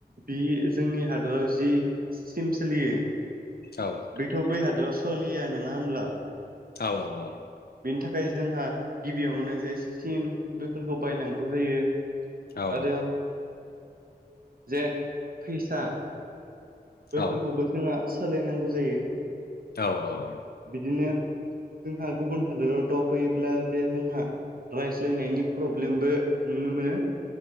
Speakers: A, on the right (about 60°); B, on the left (about 65°).
A: बि जोंनि हादोराव जि सिम सोलियो
B: औ नोंथां
A: बेथ' बै हादोराव सलिया नङा होमब्ला
B: औ औ औ
A: बेनि थाखाय जोंहा गिबियावनो जे सिम बेफोरखौ बायनांगौ जायो
B: औ
A: आरो जे फैसा बैफोरखौबो
B: औ
A: जोंहा सोलायनांगौ जायो
B: औ औ औ
A: बिदिनो जोंहा गुबुन हादोराव दावबायोब्ला जे जोंहा रायज्लायनायनि प्रब्लेमबो नुनो मोनो